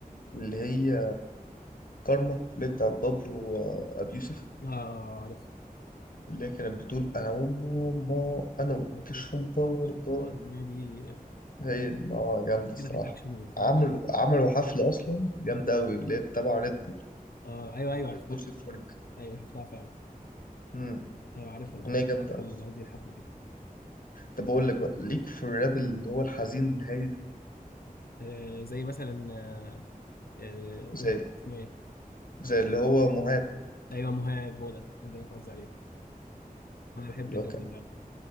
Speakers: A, on the left; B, on the left.
A: اللي هي كارما اللي هي بتاعت بابلو وأبي يوسف
B: آه عارف
A: اللي هي كانت بتقول أنا وماما أنا والكشف
B: كشكول
A: برضه
B: توب ده الأغنية دي
A: هي دي. آه جامدة الصراحة
B: كده بالأكشن والفن
A: عملوا عملوا حفلة أصلا جامدة أوي اللي هي تبع ريد بول
B: آه أيوه أيوه عرفتها
A: ريد بول سيمفونيك
B: أيوه شفتها فعلا
A: أمم،
B: أيوه عارفها الأغنية
A: أغنية
B: دي،
A: جامدة
B: عارفة
A: أوي
B: ال- قصدي الحفلة دي
A: طب أقول لك بقى ليك في الراب اللي هو الحزين الهادي ده
B: آه زي مثلا آه آه
A: زي
B: قول اسمه إيه
A: زي اللي هو مهاب
B: أيوه مهاب هو ده ده اللي أنا قصدي عليه أنا بحب
A: اللي
B: الراب
A: هو كان
B: ده فعلا